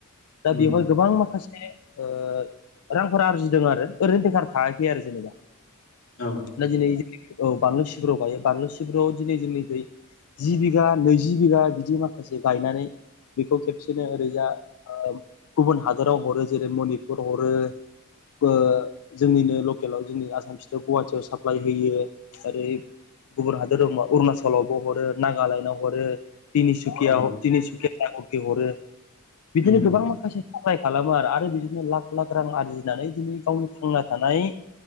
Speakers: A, on the left; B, on the left.
A: उम
B: दा बेवहाय गोबां माखासे ओ रांफोरा आरजिदों आरो ओरैनो बेखार थाङाखै आरो जेनेबा
A: औ उम
B: ना दिनै औ बानलु सिब्र गायो बानलु सिब्रुआव दिनै जोंनिखै जि बिगा नैजि बिगा बिदि माखासे गायनानै बेखौ खेबसेनो ओरैजा ओ गुबुन हादोराव हरो जेरै मनिपुर हरो ओ जोंनिनो लकेलाव जोंनि आसाम फिथोर गुवाहाटियाव साप्लाय होयो । ओरै गुबुन हादोराव अरुणाचलावबो हरो नागालेण्डआव हरो । तिनिसुकियाव
A: उम
B: तिनिसुकिया <unintelligible> हरो बिदिनो
A: उम
B: गोबां माखासे खालामो आरो आरो बिदिनो लाख लाख रां आरजिनानै दिनै गावनि थांना थानाय